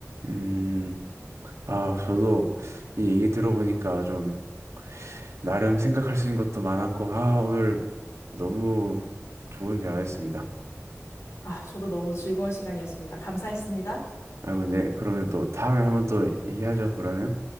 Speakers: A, on the right (about 65°); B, on the left (about 65°).
A: 음, 아, 저도 이 얘기 들어보니까 좀 나름 생각할 수 있는 것도 많았고, 아, 오늘 너무 좋은 대화였습니다.
B: 아, 저도 너무 즐거운 시간이었습니다. 감사했습니다.
A: 아, 근데 그러면 또 다음에 한번 또 얘기하죠, 그러면.